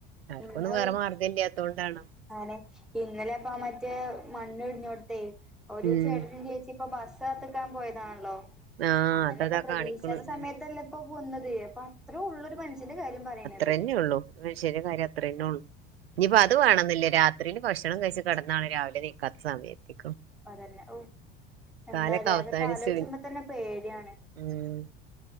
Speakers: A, on the right; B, in the centre.
A: ആവർക്കൊന്നും
B: ഉം അത്
A: വേറെ മാർഗഇല്ലാത്തോണ്ടാണ്
B: ആണ് ഇന്നലെ അപ്പൊ ആ മറ്റേ മണ്ണ് ഇടിഞ്ഞോടുത്തെ ഒരു
A: ഉം
B: ചേട്ടനും ചേ ച്ചി ഇപ്പ ബസ് കാത്തുനിക്കാൻ പോയതാണല്ലോ
A: ആഹ്
B: അങ്ങനെ
A: അതതാ
B: ഇപ്പൊ പ്രതീക്ഷിക്കാത്ത
A: കാണിക്കണ്
B: സമയത്തല്ലേ
A: ഉം
B: ഇപ്പ പൊന്നത് അപ്പൊ അത്രേ ഉള്ളരു മനുഷ്യന്റെ കാര്യം പറയണ
A: ഇത്ര തന്നെയേ ഉള്ളൂ എന്നാ ശരി കാരം അത്രേന്ന ഉള്ളൂ ഇനിയിപ്പ അത് വേണെന്നില്ലേ രാത്രിൽ ഭക്ഷണം കഴിച്ച കിടന്നാണ് രാവിലെ നീക്കാത്ത സമയത്ത്
B: അതന്നെ ഓ എന്താലേ
A: കാലൊക്കെ അവസാനിച്ചു
B: അതൊക്കെ ആലോചിച്ച്മ്പം തന്നെ പേടിയാണ്
A: ഉം